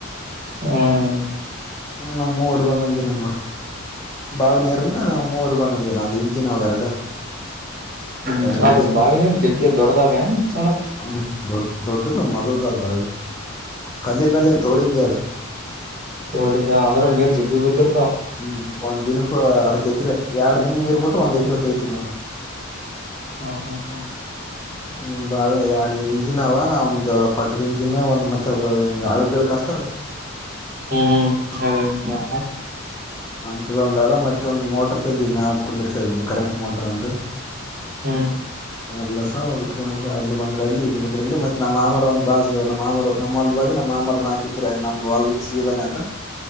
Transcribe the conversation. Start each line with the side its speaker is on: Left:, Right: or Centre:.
Right: ಹ್ಮ್
Left: ಹ್ಮ ಮೂವರ್ಗ ಒಂದೊಂದ ದಿನ ನೋಡ ಬಾವಿ ನೀರ್ನ ಮೂವರ್ಗ ಒಂದೊಂದ್ ದಿನ ಅ ಇಂಜಿ ನಾವು ಎರಡು <unintelligible>
Right: ಹ್ಮ್
Left: ಎರಡು
Right: ಅದು ಬಾವಿನರು ಜಗ್ಕ್ಕೆ ದೊಡ್ಡದಾವೇನ್ <unintelligible>
Left: ಹ್ಮ ದೊಡ್ಡ ದೊಡ್ಡದು ಮೊದಲ್ದ ಬಾವಿ ಕಲ್ಲಿಂದಲ್ಲಿ ತೋಡಿದ್ಯಾ ಅದು
Right: ತೋಡಿದ ಅಂದ್ರೆ ನೀರ್ ಜಿಬ್ಬಿ ಬಿದ್ರ
Left: ಹ್ಮ್ ಒಂದ ದಿನ ಅರ್ಧ ಎಕ್ರ
Right: ಹ್ಮ್
Left: ಎರಡ್ ದಿನ ನೀರ್
Right: ಹ್ಮ್
Left: ಬಿಿಟ್ಟು ಒಂದ್ ಎಕ್ರ ತೊಯ್ತ್ ನೋಡಿ
Right: ಹ ಹ ಹ
Left: ಹ್ಮ ಬಾವ ಎರಡ್ ಇಂಚಿಿನಾವ ಒಂದು್ ಪಟ್ಟದ ಇಂ <unintelligible> ದಿನ ಒಂದ್ ಮತ್ತೆ ಅದ ಹ ಹಳಗ್ಳ ಕಸ್ತಾರಲ್ಲ
Right: ಹ್ಮ್ ಹ್ಮ್ ಹ್ಮ್ ಅದೇಂತ <unintelligible>
Left: ಅ ತಗಂದ ಅದ ಮತ್ತೆೊಂದು್ ಮೋಟರ್ ತಿಂದಿವವಿ ಮ್ಯ ಕುಂದಿರ್ಸ ಕರೆಂಟ್ ಮೋಟರ್ ಒಂದು
Right: ಹ್ಮ್
Left: ಎಲ್ಲ ಸ ಅದ ಅಲ್ಲಿ ಬಂದ್ರೆ ಅಲ್ಲಿ ಇಲ್ಲಿ ಬಂದ್ರ ಇ ಮತ್ತತ್ ನಮ್ಮ್ಮರ ಒಂದು ಬಾಜು ನಮ್ಮ ಮಾಮರ ನಮ್ಮ ಒಂದು ಬಾಜು ನಮ್ಮ <unintelligible> ಮಾಮರದ ನಾಲಕ್ಕ್ ಏಕ್ರ ನಮ್ಮ್ಲ್ ಸಿೀದಾನೆದ